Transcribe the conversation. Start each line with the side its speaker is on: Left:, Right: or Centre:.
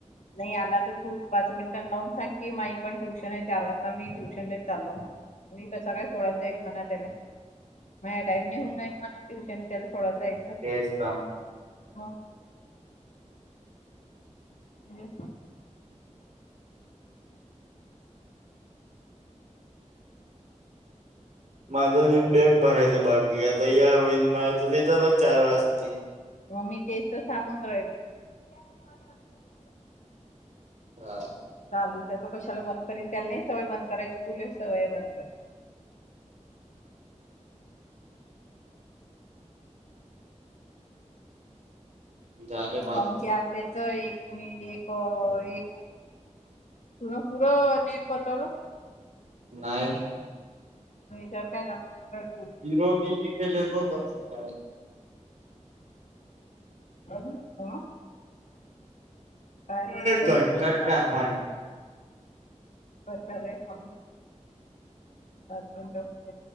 Left: नाही आला तर तू पाच मिनिटां लावून सांग की माी पण ट्युशन आहे चार वाजता मी ट्युशनले चालो म्हणा मी तसं काय सोडायला जाईन मत त्याला मझ्या टाईम निहून जाईल मला ट्यूशन त्याला थोडा जाईल
Right: तेजता
Left: हा हेज
Right: माझं जन बॅग भरायचं बाकी आता या अरविन मा त्याच्यातच चार वाजतील
Left: मग मी तेच तर सांगून राहिले प्पा
Right: हा
Left: चालूच आहे तो कशाला बंद करेन त्याला नाही सवय बंद करायची तुले सवय बंद करायची
Right: झाले पाच
Left: सणते अस त्याच एक म्ह एक एक तुला पुरं नीट पातलं
Right: नाहीय
Left: मचार काय ना आपण मला वाटत
Right: हिरो मी लखेलेचो तर सका आहे
Left: ह ह <unintelligible>
Right: कट कट का
Left: करे अ हबंडच्या